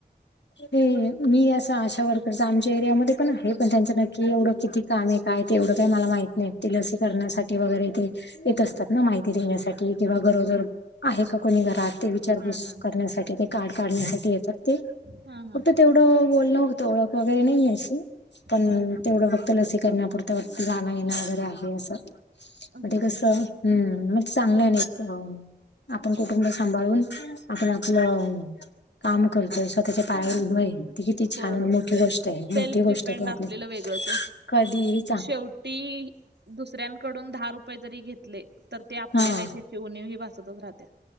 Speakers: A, on the left (about 85°); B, on the right (about 75°).
A: ते मी असं आशा वर्कर्स आमच्या एरियामध्ये पण आहेत. पण त्यांचं नक्की एवढं किती काम आहे काय ते एवढं काही मला माहित नाही ते लसीकरणासाठी वगैरे ते येत असतात ना माहिती देेण्यासाठी. किंवा गरोदर
B: हा
A: आहे का कोणी घरात ते विचारपूस
B: हा हा
A: करण्यासाठी कार्ड काढण्यासाठी येतात ते
B: हा हा
A: फक्त तेवढं बोलणं होतं ओळख वगैरे नाही आहे अशी. पण
B: हा हा
A: तेवढं फक्त लसीकरणापुरत वरती जाणं- येणं वगैरे आहे असं. <inaudible> म
B: हम्म
A: ते कसं हम्म म चांगलं आहे ना एक आपण कुटुंब सांभाळून आपण आपलं काम करतोय, स्वतःच्या पायावर उभंय. ती किती छान
B: होय
A: आणि
B: होय
A: मोठी गोष्ट आहे मोठी
B: सेल्फ
A: गोष्ट
B: डिपेंड
A: ती आपल्या
B: असलेलं
A: <inaudible>
B: वेगळंच ओ
A: कधी ही
B: शेवटी दुसऱ्यांकडून दहा रुपये जरी घेतले, तर ते आपले
A: हा
B: नाहीत हे ती उणीव ही भासतच राहत्या.